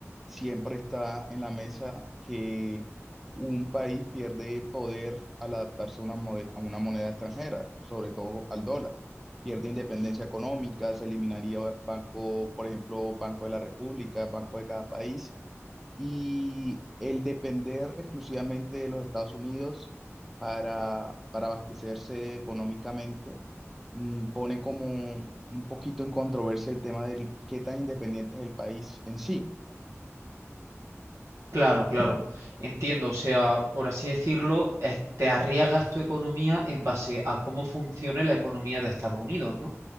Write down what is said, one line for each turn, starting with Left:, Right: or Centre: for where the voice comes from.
Centre: siempre está en la mesa que un país pierde poder al adaptarse a una, mode- a una moneda extranjera, sobre todo al dólar. Pierde independencia económica, se eliminaría banco, por ejemplo, Banco de la República, Banco de cada país y el depender exclusivamente de los Estados Unidos para, para abastecerse económicamente mm, pone como un poquito en controversia el tema del qué tan independiente es el país en sí.
Right: Claro, claro, entiendo. O sea, por así decirlo, es- te arriesgas tu economía en base a cómo funcione la economía de Estados Unidos, ¿no?